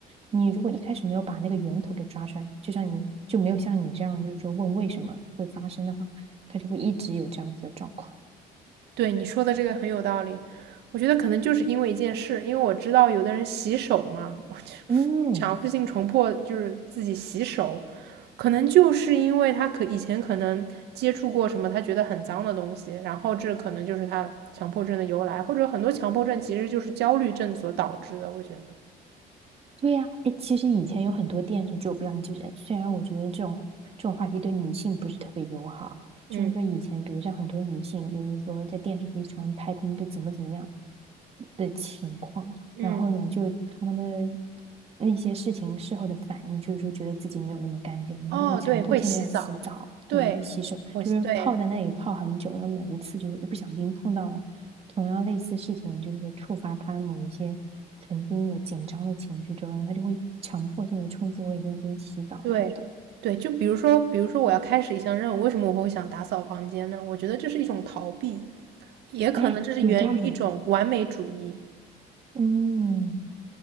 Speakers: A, on the right (about 35°); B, on the right (about 80°).
A: 你如果一开始没有把那个源头给抓出来，就像你就没有像你这样，就是说问为什么会发生的话，它就会一直有这样子的状况。
B: 对你说的这个很有道理，我觉得可能就是因为一件事，因为我知道有的人洗手嘛，我就
A: 嗯，
B: <laughs> 强制性重迫就是自己洗手，可能就是因为他可以前可能接触过什么他觉得很脏的东西，然后这可能就是他强迫症的由来，或者很多强迫症其实就是焦虑症所导致的，我觉得，
A: 对呀，哎，其实以前有很多电视剧，我不知道你记不记得。虽然我觉得这种这种话题对女性不是特别友好，
B: 嗯
A: 就是说以前，比如像很多女性，就是说在电视剧喜欢拍她们被怎么怎么样的情况，
B: 嗯，
A: 然后呢，就她们的那些事情事后的反应，就是说觉得自己没有那么干净，然后就会强迫性的要洗澡或者是洗手，
B: 哦，对，会洗澡，对，我对。
A: 就是泡在那里泡很久，然后每一次就是一不小心碰到了同样类似事情，就是说触发他某一些曾经的紧张的情绪之后，他就会强迫性的冲进卫生间洗澡什么的。
B: 对，对，就比如说，比如说我要开始一项任务，为什么我会想打扫房间呢？我觉得这是一种逃避，也可能这是源于一种完美主义，
A: 哎，有道理，嗯，